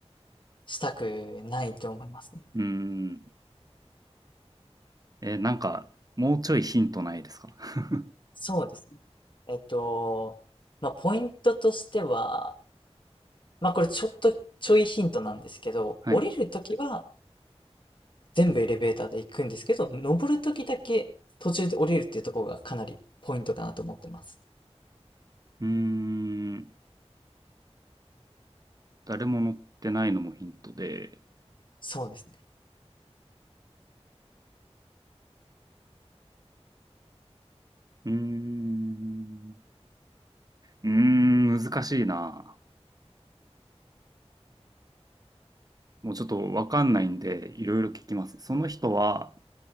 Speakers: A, on the left; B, on the right.
A: したくないと思いますね。
B: うーん。えーなんか、もうちょいヒントないですか <laughs>
A: そうですね。えっと、まあ、ポイントとしては、まあ、これちょっとちょいヒントなんですけど、
B: はい。
A: 降りるときは全部エレベーターで行くんですけど、登るときだけ途中で降りるっていうところがかなりポイントかなと思ってます。
B: うーん。誰も乗ってないのもヒントで。
A: そうですね。
B: うーん。うーん、難しいな。もうちょっとわかんないんで、いろいろ聞きます。その人は、